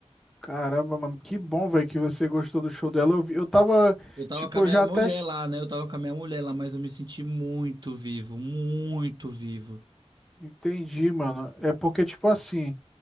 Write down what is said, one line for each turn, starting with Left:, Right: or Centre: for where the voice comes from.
Centre: Caramba, mano, que bom, velho, que você gostou do show dela. Eu, vi- eu tava,
Right: Eu tava
Centre: tipo,
Right: com a minha
Centre: eu já
Right: mulher
Centre: até ch-
Right: lá, né? Eu tava com a minha mulher lá, mas eu me senti muito vivo, muito vivo.
Centre: entendi, mano. É porque, tipo assim,